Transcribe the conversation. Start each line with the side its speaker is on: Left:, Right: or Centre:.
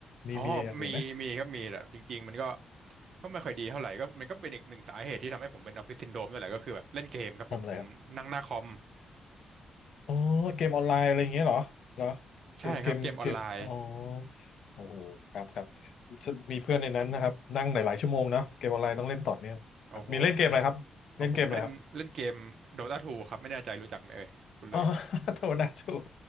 Left: มีมีอย่างอื่นไหม
Right: อ๋อมีมีครับมีแต่จริงๆมันก็ก็ไม่ค่อยดีเท่าไหร่ก็มันก็เป็นอีกหนึ่งสาเหตุที่ทำให้ผมเป็นออฟฟิศซินโดรมด้วยแหละก็คือแบบเล่นเกมครับผม
Left: ทำอะไรครับ
Right: ผมนั่งหน้าคอม
Left: อ๋อเกมออนไลน์อะไรอย่างเงี้ยเหรอเหรอเกมเกมเกมอ๋อ
Right: ใช่ครับเกมออนไลน์
Left: โอ้โหครับครับมีเพื่อนในนั้นนะครับนั่งหลายๆชั่วโมงนะเกมออนไลน์ต้องเล่นต่อเนื่องครับมีเล่นเกมอะไรครับเล่นเกมอะไรครับ
Right: โอ้โหเอาผมเล่นเล่นเกม Dota 2ครับไม่แน่ใจรู้จักไหมเอ่ยคุณเลย
Left: อ๋อ <laughs> โทษนะถูก